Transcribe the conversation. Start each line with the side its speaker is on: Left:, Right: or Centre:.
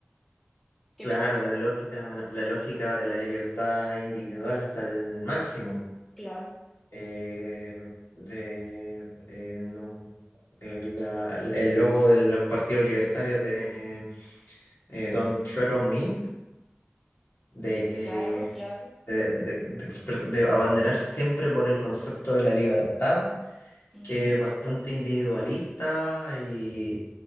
Centre: ¿Qué
Left: claro,
Centre: piensas tú?
Left: la lógica, la lógica de la libertad individual hasta el máximo.
Centre: Claro,
Left: eh, de, eh, no, eh, la- el logo de los partidos libertarios de eh, Don't Tread on Me, de,
Centre: claro, claro.
Left: de, de- de expre- de abanderarse siempre por el concepto de la libertad
Centre: ujú,
Left: que es bastante individualista y